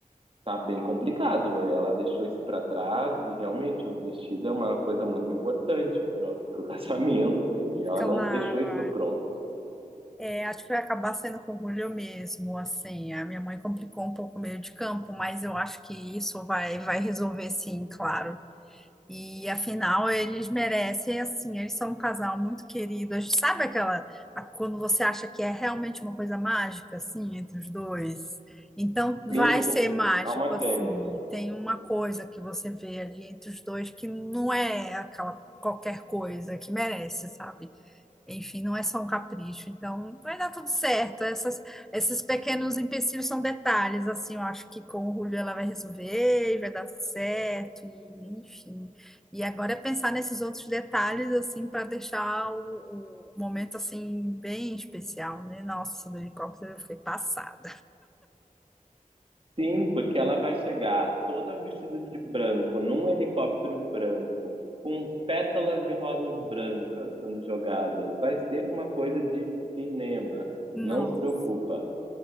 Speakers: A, on the right (about 40°); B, in the centre.
A: tá bem complicado. Ela deixou isso para trás e realmente o vestido é uma coisa muito importante pro, pro <laughs> casamento e ela
B: claro.
A: não deixou isso pronto.
B: É, acho que vai acabar saindo com o Julio mesmo, assim, a minha mãe complicou um pouco o meio de campo, mas eu acho que isso vai, vai resolver sim, claro. E afinal, eles merecem, assim, eles são um casal muito querido. A gente- Sabe aquela, a- quando você acha que é realmente uma coisa mágica, assim, entre os dois? Então, vai
A: Sim, como
B: ser mágico,
A: alma
B: assim,
A: gêmea.
B: tem uma coisa que você vê ali entre os dois que não é aquela qualquer coisa que merece, sabe? Enfim, não é só um capricho. Então, vai dar tudo certo. Essas, esses pequenos empecilhos são detalhes, assim, eu acho que com o Julio ela vai resolver e vai dar tudo certo, e, enfim. E agora é pensar nesses outros detalhes, assim, para deixar o, o momento, assim, bem especial, né? Nossa, do helicóptero eu fiquei passada.
A: Sim, porque ela vai chegar toda vestida de branco, num helicóptero branco, com pétalas de rosas brancas sendo jogadas. Vai ser uma coisa de cinema.
B: Nossa,
A: Não se preocupa.